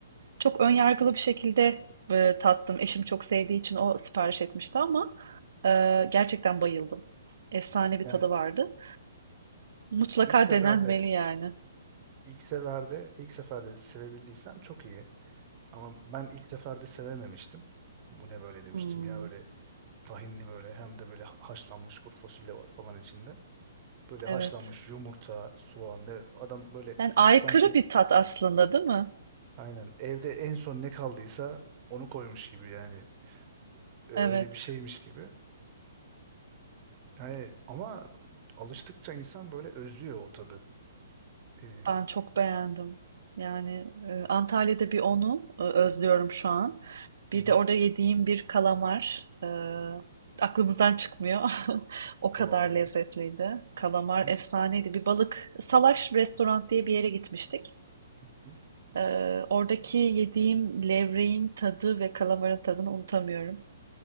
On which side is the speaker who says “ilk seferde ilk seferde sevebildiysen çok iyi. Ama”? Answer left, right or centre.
Right